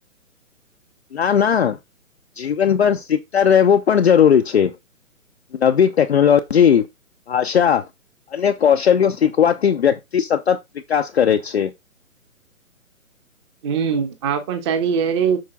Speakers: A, on the left; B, on the right.
A: ના ના, જીવનભર શીખતા રહેવું પણ જરૂરી છે, નવી ટેક્નોલોજી, ભાષા શિક્ષ અને કૌશલ્યો શીખવાથી વ્યક્તિ સતત વિકાસ કરે છે.
B: હમ આ પણ સારી યરે